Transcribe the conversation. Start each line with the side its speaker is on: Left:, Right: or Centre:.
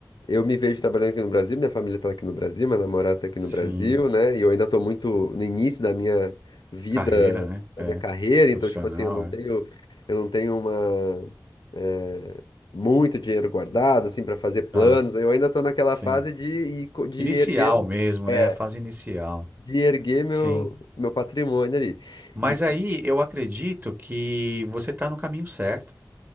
Left: eu me vejo trabalhando aqui no Brasil, minha família está aqui no Brasil, minha namorada está aqui
Right: Sim.
Left: no Brasil, né? E eu ainda estou muito no início da minha vida,
Right: Carreira, né?
Left: da
Right: É.
Left: minha carreira,
Right: Profissional,
Left: então, tipo assim, eu não tenho,
Right: é.
Left: eu não tenho uma, eh, muito dinheiro guardado, assim, para fazer planos.
Right: Tá,
Left: Eu ainda estou naquela
Right: sim.
Left: fase de ir, co- de
Right: Inicial
Left: ir erguendo,
Right: mesmo,
Left: é,
Right: né? A fase inicial.
Left: de erguer meu,
Right: Sim.
Left: meu patrimônio ali.
Right: Mas
Left: E-
Right: aí eu acredito que você está no caminho certo,